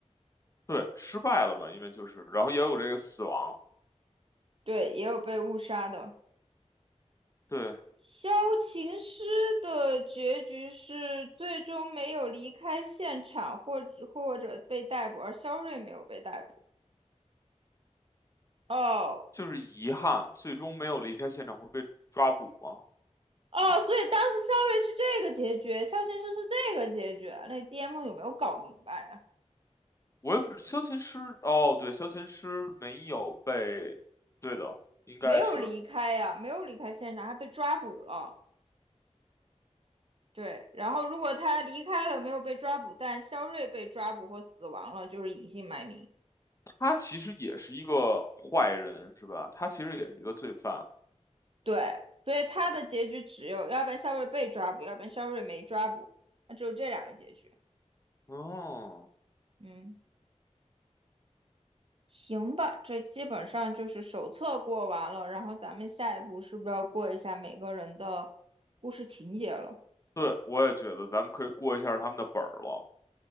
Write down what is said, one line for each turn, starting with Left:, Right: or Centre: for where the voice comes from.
Left: 对，失败了嘛，因为就是，然后也有这个死亡。
Right: 对，也有被误杀的。
Left: 对，
Right: 萧琴诗的结局是最终没有离开现场，或者或者被逮捕，而肖瑞没有被逮捕。哦，
Left: 就是遗憾，最终没有离开现场会被抓捕吗？
Right: 哦，所以当时肖瑞是这个结局，肖先生是这个结局，那 DM 有没有搞明白呀、
Left: 我也不是，萧琴师，哦，对，萧琴师没有被，对的，应该是
Right: 没有离开呀、没有离开现场，还被抓捕了。对，然后如果他离开了，没有被抓捕，但肖瑞被抓捕或死亡了，就是隐姓埋名。
Left: 他其实也是一个坏人，是吧？他其实也是一个罪犯。
Right: 对，所以他的结局只有，要不然肖瑞被抓捕，要不然肖瑞没抓捕，那只有这两个结局。
Left: 嗯，
Right: 嗯，行吧，这基本上就是手册过完了，然后咱们下一步是不是要过一下每个人的故事情节了？
Left: 对，我也觉得咱们可以过一下他们的本儿了，